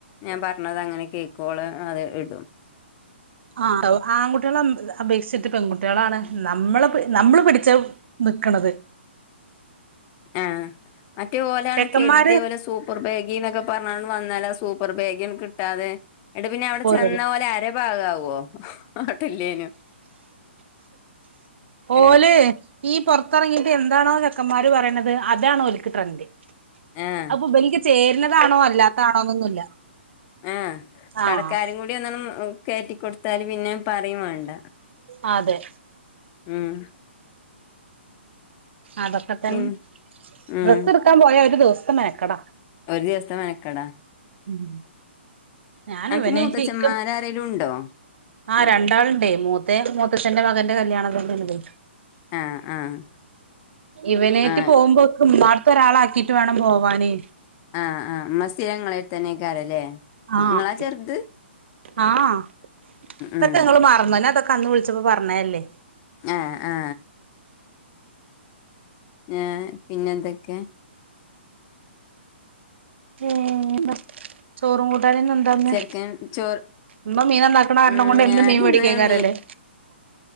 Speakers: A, on the left; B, on the right.
A: ഞാൻ പറഞ്ഞതങ്ങനെ കേക്കോള് അത് ഇടും
B: ആ ആൺകുട്ടികളെ അപേക്ഷിച്ചിട്ട് പെൺകുട്ടികളാണ് നമ്മളെ നമ്മള് പഠിച്ച നിക്കണത്
A: ആഹ് മറ്റേ ഓലാണ്
B: ചെക്കന്മാര്
A: കെരുതി ഓലെ സോ പ്പർ ബാഗിന്നൊക്കെ പറഞ്ഞണ്ട് വന്നാല സൂപ്പർ ബേഗി കിട്ടാതെ ഇന്നട്ട് പിന്നെവടെ
B: പോരൂല
A: ചെന്ന ഓലെ അര പാകാവോ ട്ടില്ലേ ഏഹ്
B: ഓല് ഈ പൊറത്തെറങ്ങിയിട്ട് എന്താണോ ചെക്കന്മാര് പറയണത് അതാണോല്ക്ക് ട്രെൻഡ്
A: ആഹ്
B: അയിപ്പോ ഇബന്ക്ക് ചേര്ണതാണോ അല്ലാത്താണോന്നൊന്നുല്ല
A: ആ
B: ആഹ്
A: കടക്കാരും കൂടി ഒന്നണ്ട് കയറ്റിക്കൊടുത്താല് പിന്നെ പറയും വേണ്ട
B: ആ അതെ
A: മ്മ്
B: അതൊക്കെ തന്നെ
A: പിൻ ഉം
B: ഡ്രസ്സ്ടുക്കാൻ പോയ ഒരു ദിവസത്തെ മെനക്കെടാ
A: ഒരു ദിവസത്തെ മനക്കടാ
B: ഉം ഞാനിവനെറ്റ്
A: അനക്ക് മൂത്തച്ഛന്മാരാരേലും
B: ഇക്ക്
A: ഉണ്ടോ പിൻ
B: ആ രണ്ടാള്ണ്ടേയ് മൂ ന്റെ മൂത്തച്ഛന്റെ മകന്റെ കല്യാണകൂടിണ്ട്
A: ആ ആഹ്
B: ഇവനേറ്റ്
A: ആഹ്
B: പോവുമ്പോ ഇക്ക് ഉമ്മാടെത്ത് ഒരാളെ ആക്കീട്ട് വേണം പോവാന്
A: ആഹ് ആ ഉമ്മ സ്ഥിരങ്ങളെടുത്തന്നെയ്ക്കാരല്ലേ
B: ആഹ്
A: ഇങ്ങളാ ചെറുത്
B: ആഹ് ഇതൊക്കെങ്ങള്
A: ഉം
B: മറന്ന ഞാതൊക്കെ അന്ന് വിളിച്ചപ്പോ പറഞ്ഞല്ലേ
A: ആഹ് ആ ഞാൻ പിന്നെന്തൊക്കെ
B: മ്മ് ചോറും കൂ ട്ടാനിന്നെന്താന്ന്
A: ചെർക്കൻ ചോറ്
B: ഉമ്മ മീൻ നന്നാക്കണ കാരണം
A: ഉം
B: കൊണ്ട് എന്നും
A: ഞാനിന്ന്
B: മീൻ വേടിക്കേയ്ക്കാരല്ലേ
A: മീ